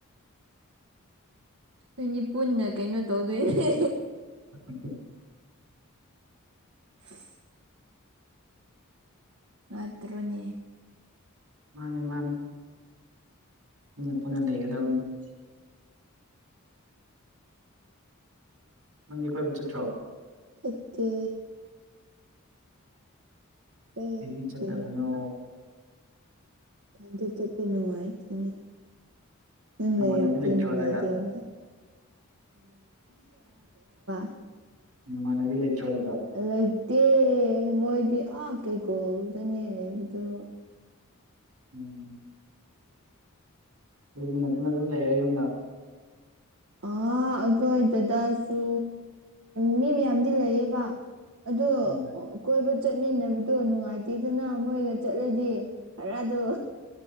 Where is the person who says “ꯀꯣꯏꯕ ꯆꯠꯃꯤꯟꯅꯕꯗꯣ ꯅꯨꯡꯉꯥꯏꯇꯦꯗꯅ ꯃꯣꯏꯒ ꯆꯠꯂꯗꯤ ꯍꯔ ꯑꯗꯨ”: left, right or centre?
Right